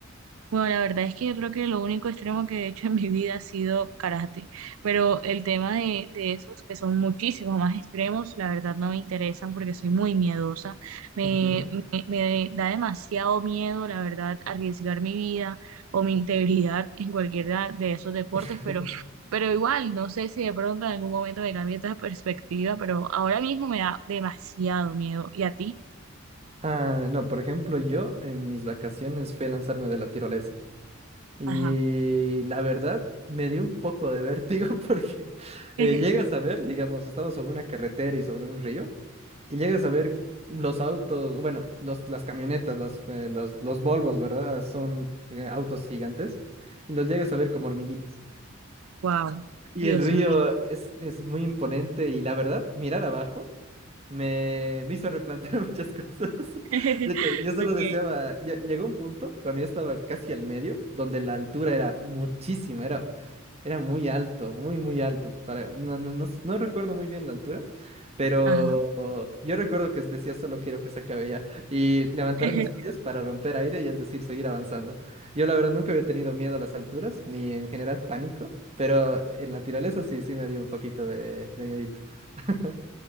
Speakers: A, on the right; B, on the right.
A: Bueno, la verdad es que yo creo que lo único extremo que he hecho en mi vida ha sido karate, pero el tema de, de esos que son muchísimos más extremos, la verdad no me interesan porque soy muy miedosa. Me,
B: Ujú.
A: me, me da demasiado miedo, la verdad, arriesgar mi vida o mi integridad en cualquiera de esos deportes,
B: <laughs>
A: pero, pero igual, no sé si de pronto en algún momento me cambie esta perspectiva, pero ahora mismo me da demasiado miedo. ¿Y a ti?
B: Ah, no, por ejemplo, yo en mis vacaciones fui a lanzarme de la tirolesa y
A: Ajá.
B: la verdad me dio un poco de vértigo <laughs> porque eh,
A: <laughs>
B: llegas a ver, digamos, estaba sobre una carretera y sobre un río Y llegas a ver los autos, bueno, los, las camionetas, los, eh, los, los Volvos, ¿verdad? Son eh, autos gigantes. Y los llegas a ver como hormiguitas.
A: Wow,
B: Y
A: Dios
B: el río
A: mío.
B: es, es muy imponente y la verdad, mirar abajo. Me, me hizo replantear <laughs> muchas cosas.
A: <laughs>
B: De hecho, yo solo
A: Ok.
B: deseaba, lle- llegó un punto cuando yo estaba casi al medio, donde la altura era muchísima, era, era muy alto, muy, muy alto. Para, no, no, no, s- no recuerdo muy bien la altura, pero
A: Ajá,
B: yo recuerdo que decía solo quiero que se acabe ya y levantar
A: <laughs>
B: mis pies para romper aire y es decir, seguir avanzando. Yo la verdad nunca había tenido miedo a las alturas, ni en general pánico, pero en la tiraleza sí, sí me dio un poquito de, de miedito. <laughs>